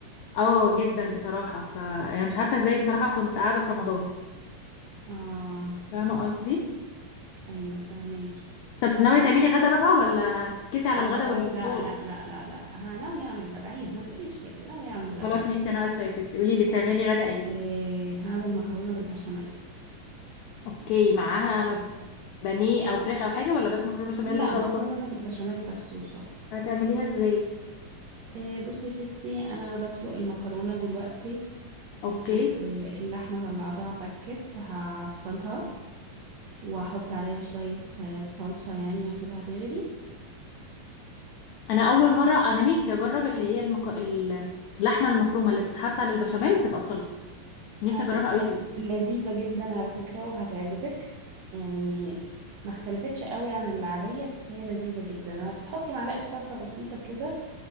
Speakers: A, on the left; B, on the right.
A: اه جدا بصراحه ف يعني مش عارفه ازاي بصراحه كنت قاعده في رمضان
B: اه
A: فاهمه قصدي
B: ايوه فهماكي
A: طب ناويه تعملي غدا بقى ولا هتفكسي على
B: اه
A: الغدا والفطار
B: لا لا لا لا لا ها ناوي اعمل غدا عيب ما تقوليش كده ناوي اعمل
A: خلاص
B: غدا
A: ماشي انا اسفه يا ستي قولي لي بتعملي غدا ايه
B: إيه هعمل مكرونه بالبشاميل
A: اوكي معاها بانيه او فراخ او حاجه ولا بس مكرونه بشاميل
B: لا
A: وسلطه
B: مكرونه بالبشاميل بس وسلطه
A: هتعمليها ازاي
B: آه، بصي يا ستي انا بسلق المكرونه دلوقتي
A: اوكي
B: واللحمه طلعتها فكت هعصجها واحط عليها شويه آه، صلصه يعني واسيبها تغلي
A: انا اول مره انا نفسي اجرب اللي هي المك... ال- اللحمه المفرومه اللي بتتحط على البشاميل تبقى بصلصه نفسي
B: آه،
A: اجربها قوي كده
B: لذيذه جدا على فكره وهتعجبك يعني ما اختلفتش قوي عن العاديه بس هي لذيذه جدا لما بتحطي معلقه صلصه بسيطه كده